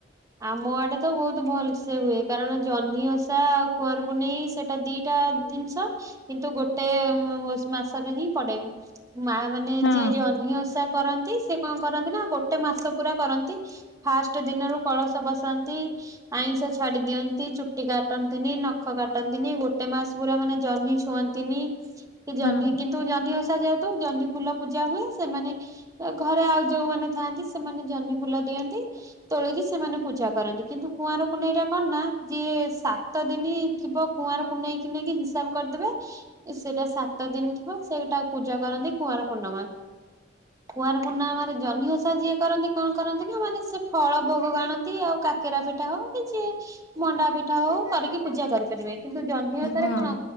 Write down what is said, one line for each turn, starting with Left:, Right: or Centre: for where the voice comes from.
Right: ଆମ ଆଡେ ତ ବହୁତ ଭଲସେ ହୁଏ କାରଣ ଜହ୍ନି ଓଷା ଆଉ କୁଆଁର ପୁନେଇଁ ସେଇଟା ଦି ତ ଜିନିଷ କିନ୍ତୁ ଗୋଟେ ମାସରେ ହିଁ ପଡେ। ମା ମାନେ
Left: ହଁ
Right: ଯିଏ ଜହ୍ନି ଓଷା କରନ୍ତି ସିଏ କଣ କରନ୍ତି ନା ଗୋଟେ ମାସ ପୁରା କରନ୍ତି ଫାଷ୍ଟ ଦିନରୁ କଳସ ବସାନ୍ତି ଆଇଁଷ ଛାଡି ଦିଅନ୍ତି। ଚୁଟି କାଟନ୍ତିନି ନଖ କାଟନ୍ତିନି ଗୋଟେ ମାସ ପୁରା ମାନେ ଜହ୍ନି ଛୁଅନ୍ତିନି। ଜହ୍ନି
Left: ହଁ।
Right: କିନ୍ତୁ ଜହ୍ନି ଓଷା ଯେହେତୁ ଜହ୍ନି ଫୁଲ ପୂଜା ହୁଏ ସେମାନେ ଘରେ ଆଉ ଯୋଉମାନେ ଥାଆନ୍ତି ସେମାନେ ଜହ୍ନି ଫୁଲ ଦିଅନ୍ତି। ତୋଳିକି ସେମାନେ ପୂଜା କରନ୍ତି କିନ୍ତୁ କୁଆଁରପୁନେଇଁ ଟା କଣ ନା ଯିଏ ସାତ ଦିନ ଥିବ କୁଆଁରପୁନେଇଁ ନେଇକିି ହିସାବ କରିଦେବେ। ସେଇଟା ସାତ ଦିନ ଥିବ ସେଇଟା ପୂଜା କରନ୍ତି କୁଆଁର ପୂର୍ଣ୍ଣିମା କୁଆଁର ପୁର୍ଣ୍ଣିମା ରେ ଜହ୍ନି ଓଷା ଯିଏ କରନ୍ତି କଣ କରନ୍ତି ନା ମାନେ ସେ ଫଳ ଭୋଗ ଆଣନ୍ତି ଆଉ କାକେରା ପିଠା ହଉ କିଛି ମଣ୍ଡା ପିଠା ହଉ କରିକି ପୂଜା କରିପାରିବେ କିନ୍ତୁ ଜହ୍ନିି
Left: ହଁ
Right: ଓଷାରେ କଣ?